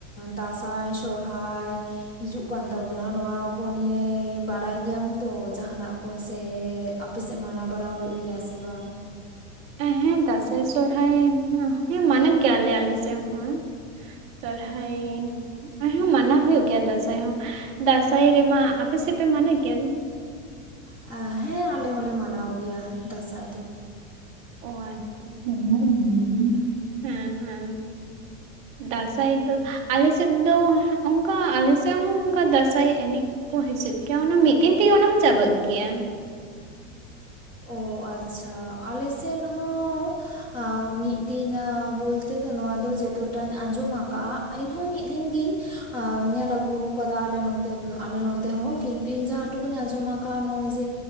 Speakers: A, on the left (about 20°); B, on the right (about 20°).
A: ᱫᱟᱸᱥᱟᱭ ᱥᱚᱲᱦᱟᱭ᱾ ᱦᱤᱡᱩᱜ ᱠᱟᱱ ᱛᱟᱵᱳᱱᱟ ᱱᱚᱣᱟ ᱠᱚ ᱱᱤᱭᱟᱹᱭ ᱵᱟᱲᱟᱭ ᱜᱮᱭᱟᱢ ᱛᱚ ᱡᱟᱦᱟᱸᱱᱟᱜ ᱠᱚ ᱥᱮ ᱟᱯᱮ ᱥᱮᱫ ᱢᱟᱱᱟᱣ ᱵᱟᱲᱟᱣ ᱦᱩᱭᱩᱜ ᱜᱮᱭᱟ ᱥᱮ ᱵᱟᱝ?
B: ᱮᱸ ᱦᱮᱸ ᱫᱟᱸᱥᱟᱭ ᱥᱚᱲᱦᱟᱭ ᱦᱚᱸ ᱦᱮᱸ ᱢᱟᱱᱮ ᱜᱮᱭᱟ ᱞᱮ ᱟᱞᱮ ᱥᱮᱫ ᱦᱚᱸ᱾ ᱥᱚᱨᱦᱟᱭ, ᱮᱸ ᱦᱮᱸ ᱢᱟᱱᱟᱣ ᱦᱩᱭᱩᱜ ᱜᱮᱭᱟ ᱫᱟᱥᱟᱸᱭ ᱦᱚᱸ, ᱫᱟᱥᱟᱸᱭ ᱨᱮᱢᱟ ᱟᱯᱮ ᱥᱮᱫ ᱯᱮ ᱢᱟᱱᱮ ᱜᱮᱭᱟ
A: ᱦᱟ ᱟᱸ ᱦᱮᱸ ᱟᱞᱮ ᱦᱚᱸᱞᱮ ᱢᱟᱱᱟᱣ ᱜᱮᱭᱟ ᱫᱟᱥᱟᱸᱭ ᱫᱚ ᱾
B: ᱚ ᱟ <unintelligible> ᱦᱩᱸ ᱦᱩᱸ, ᱫᱟᱥᱟᱸᱭ ᱫᱚ ᱟᱞᱮ ᱥᱮᱫ ᱫᱚ ᱦᱮᱸ ᱚᱝᱠᱟ ᱟᱞᱮ ᱥᱮᱫ ᱦᱚᱸ ᱚᱝᱠᱟ ᱫᱟᱥᱟᱸᱭ ᱮᱱᱮᱡ ᱠᱚ ᱦᱤᱡᱩᱜ ᱠᱮᱭᱟ ᱚᱱᱟ ᱢᱤᱫ ᱫᱤᱱ ᱛᱮᱜᱮ ᱚᱱᱟ ᱦᱚᱸ ᱪᱟᱵᱟᱜ ᱜᱮᱭᱟ᱾
A: ᱚ ᱟᱪᱪᱷᱟ ᱟᱞᱮ ᱥᱮᱫ ᱦᱚᱸ, ᱟ ᱢᱤᱫ ᱫᱤᱱ ᱵᱚᱞᱛᱮ ᱫᱚ ᱱᱚᱣᱟ ᱫᱚ ᱡᱮᱛᱚ ᱴᱟᱜ ᱤᱧ ᱟᱸᱡᱽᱼᱚᱢ ᱟᱠᱟᱜᱼᱟ, ᱤᱧ ᱦᱚᱸ ᱢᱤᱫ ᱫᱤᱱ ᱜᱤᱧ ᱟᱸ ᱧᱮᱞ ᱟᱹᱜᱩ ᱟᱠᱟᱫᱟ ᱟᱞᱮ ᱱᱚᱛᱮ ᱟᱞᱮ ᱱᱚᱛᱮ ᱦᱚᱸ ᱠᱤᱸᱛᱩ ᱤᱧ ᱡᱟᱦᱟᱸ ᱴᱩᱠᱩᱧ ᱟᱸᱡᱚᱢ ᱟᱠᱟᱜᱼᱟ ᱱᱚᱜᱼᱚᱭ ᱡᱮ,